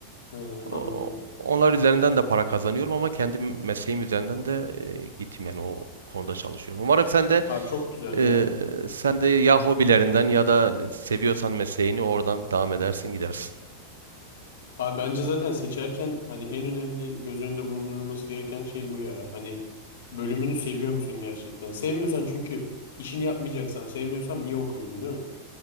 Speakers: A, on the left (about 65°); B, on the right (about 65°).
A: He,
B: O-
A: anladım.
B: Onlar üzerinden de para kazanıyorum ama kendi mesleğim üzerinden de e, gittim yani o konuda çalışıyorum. Umarım sen de
A: Abi çok güzel
B: e,
A: ya.
B: sen de ya hobilerinden ya da seviyorsan mesleğini oradan devam edersin gidersin.
A: Abi bence zaten seçerken hani en önemli göz önünde bulundurulması gereken şey bu ya. Hani bölümünü seviyor musun gerçekten? Sevmiyorsan çünkü işini yapmayacaksam sevmiyorsam niye okuyorum değil mi?